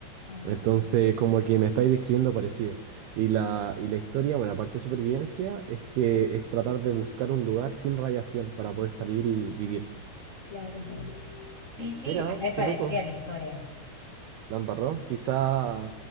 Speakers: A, on the left; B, on the right.
A: ah,
B: Entonces, como que me estáis describiendo parecido. Y la, y la historia, bueno, aparte de supervivencia, es que es tratar de buscar un lugar sin radiación para poder salir y vivir.
A: claro. Sí, sí,
B: Mira,
A: es re parecida
B: qué loco,
A: la historia.
B: la embarró. Quizá